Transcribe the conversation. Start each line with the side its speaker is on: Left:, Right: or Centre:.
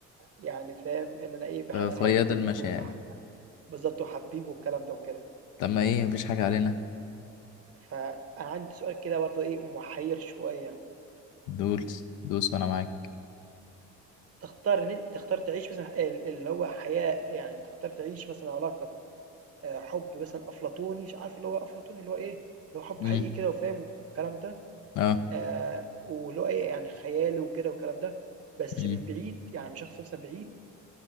Right: يعني فاهم، إن أنا إيه، بح
Left: فياض
Right: حبيب
Left: المشاعر
Right: وح بالضبط وحبيب والكلام ده وكده.
Left: طب ما إيه مفيش حاجة علينا
Right: فأنا عندي سؤال كده برضه إيه محيّر شوية،
Left: دوس دوس وأنا معاك
Right: تختار إن أنت تختار تعيش مثلًا ال اللي هو حياة يعني تختار تعيش مثلًا علاقة آآ حُب مثلًا أفلاطوني ش عارف اللي هو أفلاطوني اللي هو إيه، اللي هو حُب
Left: مم.
Right: حقيقي كده وفاهم والكلام ده،
Left: أه
Right: آآ واللي هو إيه يعني خيالي وكده والكلام ده، بس
Left: مم.
Right: من بعيد يعني من شخص مثلًا بعيد،